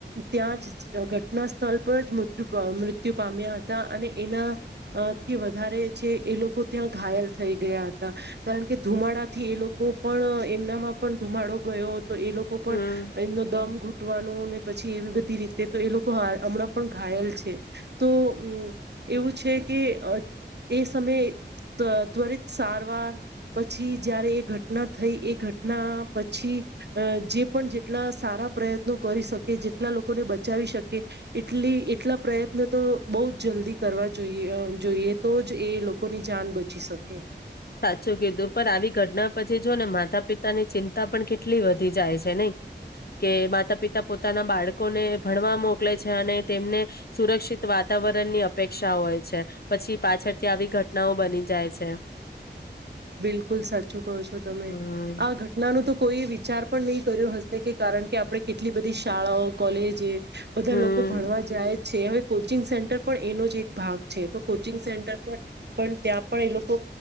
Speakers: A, on the right; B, on the left.
A: ત્યાં જ ઘટના સ્થળ, પર જ મૃત્યુ, મૃત્યુ પામ્યા હતા અને એના થી વધારે છે, એ લોકો ત્યાં ઘાયલ થઈ ગયા હતા, કારણ કે ધુમાડાથી એ લોકો પણ એમનામાં પણ ધુમાડો ગયો. તો એ લોકો પણ
B: હમ
A: એમનો દમ ઘૂટવાનો ને પછી, એવી બધી રીતે તો એ લોકો હમણાં પણ ઘાયલ છે તોમ એવું છે. કે અ એ સમય ત્વરિત સારવાર પછી, જયારે એ ઘટના થઈ એ ઘટના પછી. અ જે પણ જેટલા સારા પ્રયત્નો કરી શકે જેટલા લોકોને બચાવી, શકે એટલી એટલા પ્રયત્ન, તો બહુ જ જલ્દી કરવા જોઈએ જોઈએ. તો જ એ લોકોની જાન બચે પછી, શકે
B: સાચું કીધું પણ આવી ઘટના પછી, જો ને માતા પિતાની ચિંતા પણ કેટલી વધી જાય છે, નહી કે માતા પિતા પોતાના બાળકોને ભણવા મોકલે છે, અને તેમને સુરક્ષિત વાતા વાતાવરણની અપેક્ષા હોય છે, પછી પાછળથી આવી ઘટનાઓ બની જાય છે.
A: બિલકુલ સાચું કહો છો, તમે
B: હમ
A: આ ઘટનાનું તો કોઈ વિચાર પણ નહીં, કર્યો હશે કે કારણ કે આપણે કેટલી બધી શાળાઓ કોલેજએ બધા
B: હમ
A: લોકો ભણવા જાય છે, હવે કોચિંગ સેન્ટર પણ એનો જ એક ભાગ છે, તો કોચિંગ સેન્ટર પણ, પણ ત્યાં પણ એ લોકો